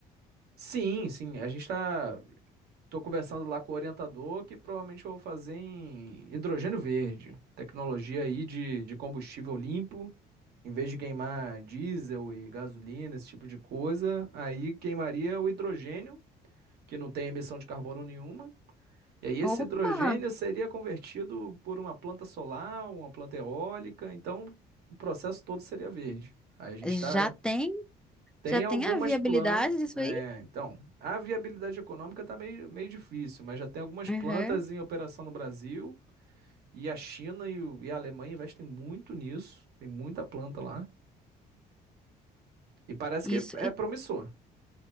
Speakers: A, on the right; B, in the centre.
A: Sim, sim. A gente tá. Tô conversando lá com o orientador que provavelmente eu vou fazer em hidrogênio verde. Tecnologia aí de, de combustível limpo. Em vez de queimar diesel e gasolina, esse tipo de coisa, aí queimaria o hidrogênio, que não tem emissão de carbono nenhuma. E aí esse
B: Opa!
A: hidrogênio seria convertido por uma planta solar, uma planta eólica. Então o processo todo seria verde. Aí a gente
B: Já
A: está
B: tem?
A: Tem
B: Já tem
A: algumas
B: a viabilidade
A: plantas.
B: disso
A: É,
B: aí?
A: então, a viabilidade econômica tá meio, meio difícil, mas já tem algumas
B: Uhum.
A: plantas em operação no Brasil. E a China e, o- e a Alemanha investem muito nisso. Tem muita planta lá. E parece
B: Isso,
A: que é
B: i-
A: promissor.